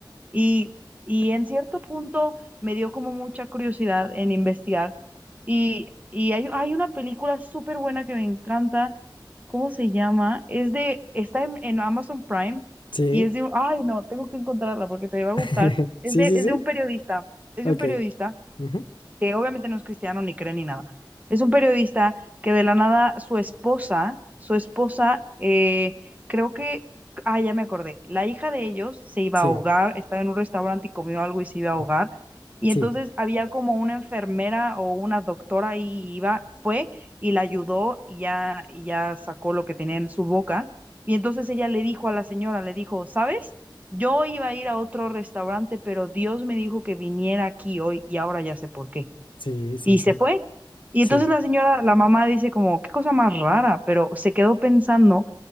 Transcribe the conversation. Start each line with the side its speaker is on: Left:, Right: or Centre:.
Right: Y, y en cierto punto me dio como mucha curiosidad en investigar. Y, y hay, hay una película súper buena que me encanta. ¿Cómo se llama? Es de, está en, en Amazon Prime
Left: Sí,
Right: y es de un, ay no, tengo que encontrarla porque te va a gustar.
Left: <laughs>
Right: Es
Left: sí,
Right: de,
Left: sí,
Right: es
Left: sí.
Right: de un periodista, es
Left: Ok.
Right: de un periodista
Left: Ujú.
Right: que obviamente no es cristiano ni cree ni nada. Es un periodista que de la nada su esposa, su esposa, eh, creo que, ah, ya me acordé, la hija de ellos se iba
Left: Sí,
Right: a ahogar, estaba en un restaurante y comió algo y se iba a
Left: <clears throat>
Right: ahogar. Y
Left: sí,
Right: entonces había como una enfermera o una doctora ahí y iba, fue y la ayudó y ya, y ya sacó lo que tenía en su boca. Y entonces ella le dijo a la señora, le dijo, ¿sabes? Yo iba a ir a otro restaurante, pero Dios me dijo que viniera aquí hoy y ahora ya sé por qué
Left: sí, sí,
Right: y
Left: sí,
Right: se fue. Y
Left: sí,
Right: entonces la señora, la mamá dice como, qué cosa más rara, pero se quedó pensando